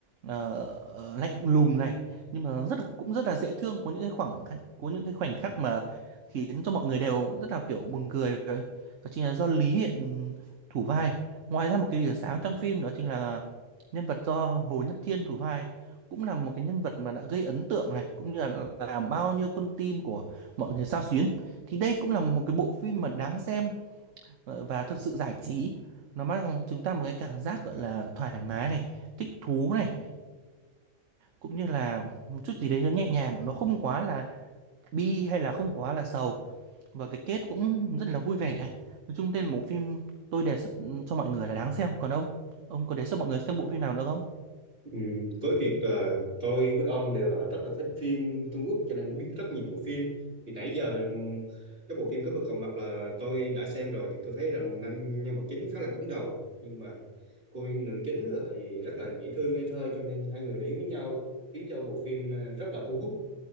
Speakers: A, on the right (about 70°); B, on the right (about 45°).
A: ờ, ờ, lạnh lùng này nhưng mà rất là cũng rất là dễ thương có những cái khoảng khắc- có những cái khoảnh khắc mà khiến cho mọi người đều rất là kiểu buồn cười đó chính là do Lý Hiện thủ vai ngoài ra một cái điểm sáng trong phim đó chính là nhân vật do Hồ Nhất Thiên thủ vai cũng là một cái nhân vật mà đã gây ấn tượng này cũng như là làm bao nhiêu con tim của mọi người xao xuyến thì đây cũng là một cái bộ phim mà đáng xem Ờ, và thực sự giải trí nó mang chúng ta một cái cảm giác gọi là thoải mái này thích thú này cũng như là một chút gì đấy nó nhẹ nhàng nó không quá là bi hay là không quá là sầu và cái kết cũng rất là vui vẻ nói chung tên bộ phim tôi đề xuất cho mọi người là đáng xem còn ông ông có đề xuất mọi người xem bộ phim nào nữa không
B: ừ, với việc là tôi với ông đều là rất là thích phim Trung Quốc cho nên biết rất nhiều bộ phim thì nãy giờ ừm, cái bộ phim Cá mực hầm mặt là tôi đã xem rồi thì tôi thấy rằng nhân nhân vật chính khá là cứng đầu nhưng mà cô nữ chính lại rất là dễ thương ngây thơ cho nên hai người đến với nhau khiến cho bộ phim ờ, rất là thu hút